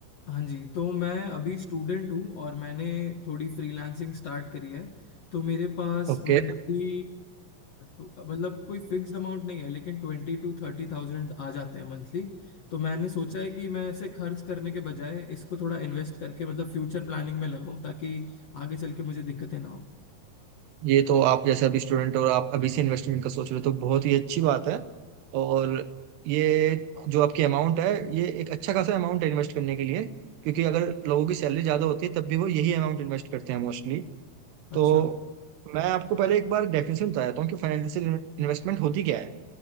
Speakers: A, on the left (about 65°); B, on the right (about 80°).
A: हाँ जी तो मैं अभी स्टूडेंट हूँ और मैंने थोड़ी फ्रीलांसिंग स्टार्ट करी है तो मेरे पास
B: ओके
A: मंथली मतलब कोई फिक्स्ड अमाउंट नहीं है लेकिन ट्वेंटी टू थर्टी थाउजेंड आ जाते हैं मंथली तो मैंने सोचा है कि मैं ऐसे खर्च करने के बजाय इसको थोड़ा इन्वेस्ट करके मतलब फ्यूचर प्लानिंग में लगाऊं ताकि आगे चल के मुझे दिक्कतें ना हो
B: ये तो आप जैसे अभी स्टूडेंट और आप अभी से इन्वेस्टमेंट का सोच रहे हो तो बहुत ही अच्छी बात है और ये जो आपकी अमाउंट है ये एक अच्छा खासा अमाउंट है इन्वेस्ट करने के लिए क्योंकि अगर लोगों की सैलरी ज़्यादा होती है तब भी वो यही अमाउंट इन्वेस्ट करते हैं मोस्टली
A: अच्छा
B: तो मैं आपको पहले एक बार डेफिनेशन बता देता हूँ कि फाइनेंशियल इन्वेस्टमेंट होती क्या है